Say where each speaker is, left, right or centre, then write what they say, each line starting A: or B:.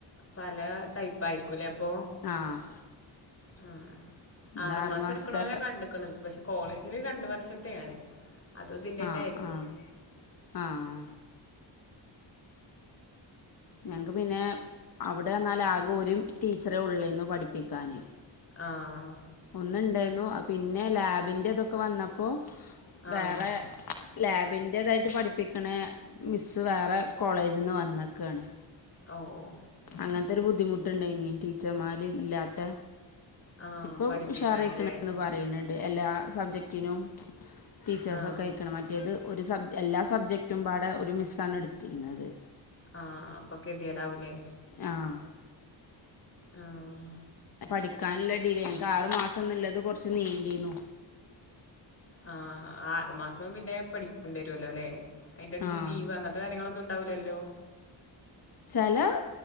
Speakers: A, on the left; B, on the left.
A: പല ടൈപ്പ് ആയിരിക്കുല്ലേ അപ്പൊ
B: ആഹ്
A: ഉം
B: ഇത്
A: ആറു
B: ആറ്
A: മാസം
B: മാസത്തെ
A: എടുക്കണോലെ ഞാൻ കണ്ട്ക്കണ് പക്ഷെ കോളേജില് രണ്ട് വർഷത്തെയാണ് അത് ഇതിന്റെന്നെ
B: ആഹ്
A: ആയിരിക്കു
B: ആഹ് ആഹ് ഞങക്ക് പിന്നെ അവിടെ അറിഞ്ഞാല് ആകെ ഒരു ടീച്ചറേ ഉള്ളേരുന്നു പഠിപ്പിക്കാന്
A: ആഹ്
B: ഒന്നുണ്ടായിരുന്നു പിന്നെ ലാബിന്റെ ഇതൊക്കെ വന്നപ്പോ
A: ആഹ്
B: വേറെ ലാബിന്റെ ഇതായിട്ട് പഠിപ്പിക്കണ മിസ്സ് വേറെ കോളേജിൽന്ന് വന്നക്കാണ്
A: ഓഹ് ഓഹ്
B: അങ്ങനത്തെ ഒരു ബുദ്ധിമുട്ടുണ്ടായിന് ടീച്ചർമാര് ഇല്ലാത്ത
A: ആഹ്
B: ഇപ്പൊ
A: പഠിപ്പിക്കാന്ല്ലേ
B: ഉഷാറിയിക്കണ് എന്ന് പറ പറയുന്നുണ്ട് എല്ലാ സബ്ജക്റ്റിനും ടീച്ചേഴ്സൊക്കെ
A: ആഹ്
B: ആയിക്കണ് മറ്റേത് ഒരു സബ് എല്ലാ സബ്ജക്റ്റും പാടെ ഒരു മിസ്സാണ് എടുത്തിരിന്നത്
A: ആഹ് അപ്പൊ ഗതിയേടാവൂല്ലേ
B: ആഹ്
A: ആഹ്
B: പഠിക്കാനുള്ള ഡിലെ എനിക്ക് ആറ് മാസംന്നള്ളത് കൊറച്ച് നീണ്ടീന്നു
A: ആഹ് ആറു മാസം പിന്നെ പഠിക്കേണ്ടിവരുവല്ലോ അല്ലേ അയ്ന്റെ എടേല്
B: ആഹ്
A: ലീവ് അങ്ങനത്തെ കാര്യങ്ങളൊന്നും ഉണ്ടാവില്ലല്ലോ
B: ചെല